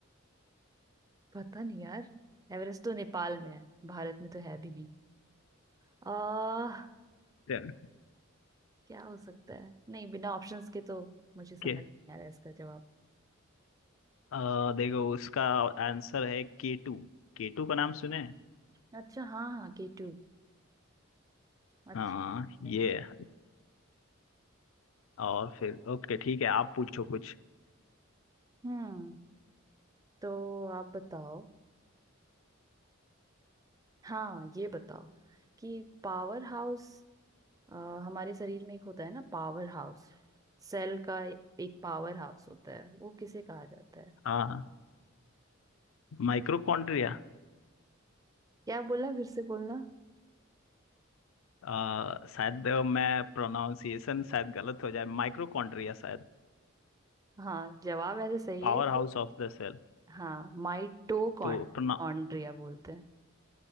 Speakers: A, on the right; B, on the left.
A: पता नहीं यार एवरेस्ट तो नेपाल में है भारत में तो है भी नहीं आ
B: चल
A: क्या हो सकता है नहीं बिना ऑप्शंस के तो मुझे समझ
B: के
A: नहीं आ रहा है इसका जवाब
B: अ, देखो उसका आंसर है के टू के टू का नाम सुने हैं?
A: अच्छा हाँ हाँ के टू अच्छा
B: हाँ ये
A: यार।
B: है। और फिर ओके ठीक है आप पूछो कुछ
A: हम्म तो आप बताओ हाँ ये बताओ कि पावर हाउस अ, हमारे शरीर में एक होता है ना पावर हाउस सेल का ए- एक पावर हाउस होता है वो किसे कहा जाता है
B: हाँ माइक्रोकॉन्ड्रिया
A: क्या बोला फिर से बोलना
B: अ, शायद अ, मैं प्रोनाउंसिएशन शायद गलत हो जाए माइक्रोकॉन्ड्रिया शायद
A: हाँ जवाब ऐसे सही
B: Power
A: है इसे
B: house of the cell
A: हाँ माइटोकॉन्ड्रिया
B: तो प्रोना
A: बोलते हैं